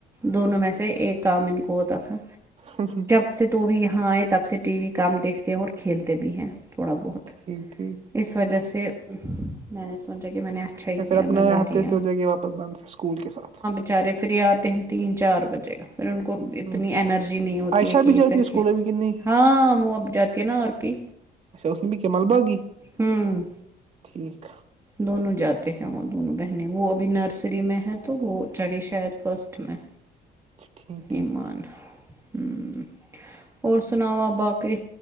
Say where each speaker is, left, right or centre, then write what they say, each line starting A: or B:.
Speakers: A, on the right; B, on the right.
A: دونوں میں سے ایک کام ان کو ہوتا تھا
B: ہوں ہوں
A: تب سے تو بھی یہاں آئے تب سے ٹی وی کام دیکھتے ہیں اور کھیلتے بھی ہیں تھوڑا بہت
B: ٹھیک ٹھیک
A: اس وجہ سے میں نے سوچا کہ میں نے اچھا ہی
B: یا پھر
A: کیا
B: اپنا
A: میں جا
B: یہ ہفتے
A: رہی
B: سے ہو جائے گے واپس بند پھر اسکول کے ساتھ
A: بیچارے پھر یہ آتے ہیں تین چار بجے پھر ان کو اتنی
B: ہ
A: انرجی نہیں ہوتی
B: عائشہ
A: ہے کہ
B: بھی
A: یہ
B: جاتی
A: پھر
B: اسکول
A: کے
B: ابھی کہ نہیں
A: ہاں وہ اب جاتی نا ار پی
B: اچھا اس نے بھی کیا ملبہ کی
A: ہوں
B: ٹھیک
A: دونوں جاتے ہیں وہ دونوں بہنیں وہ ابھی نرسری میں ہیں تو وہ چڑھی شاید فرسٹ میں
B: ٹھیک ٹھیک
A: ایمان ہوں اور سناو آپ باقی